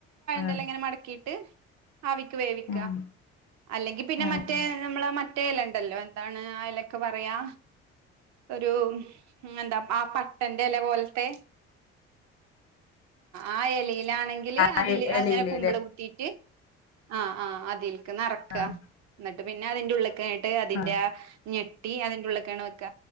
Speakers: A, on the left; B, on the right.
A: ആഹ്
B: <inaudible> മടക്കീട്ട് ആവിക്ക് വേവിക്ക
A: ആഹ്
B: അല്ലെങ്കിൽ പിന്നെ
A: ആഹ്
B: മറ്റേ
A: ആഹ്
B: നമ്മടെ മറ്റേ ല ണ്ടല്ലോ എന്താണ് ആ എലയ്ക്ക് പറയാ ഒരു എന്താ പട്ടൻ്റെ ഇല പോലത്തെ ആ ഇലയിൽ ആണെങ്കിൽ
A: ആ
B: അതില്
A: എലയില്
B: ഇങ്ങനെ കുമ്പിൾ
A: ല്ലേ
B: കുത്തിയിട്ട് ആ ആ അതിൽ നിറയ്ക്ക
A: ആഹ്
B: പിന്നെ അതിൻ്റെ ഉള്ളിക്കേ അതിൻ്റെ
A: ആഹ്
B: നെട്ട് ടീ അതിൻ്റെ ഉള്ളിലേക്കാണോ വെയ്ക്ക